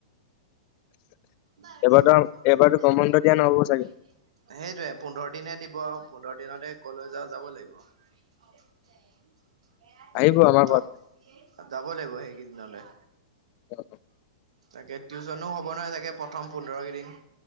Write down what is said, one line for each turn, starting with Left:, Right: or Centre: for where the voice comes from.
Right: সেইটোয়ে
Left: এইবাৰতো এইবাৰতো গৰম বন্ধ দিয়া নহ'ব চাগে
Right: পোন্ধৰ দিিন দিব আৰু পোন্ধৰ দিনতে কলেজা যাব লাগিব উম
Left: আহিব আমাৰ ঘৰত
Right: ত যাব লাগিব সেইকেইদিনলৈ
Left: অ
Right: তাকে টিউশচনো হ'ব নহয় চাগে প্ৰথম পোন্ধৰ কেইিন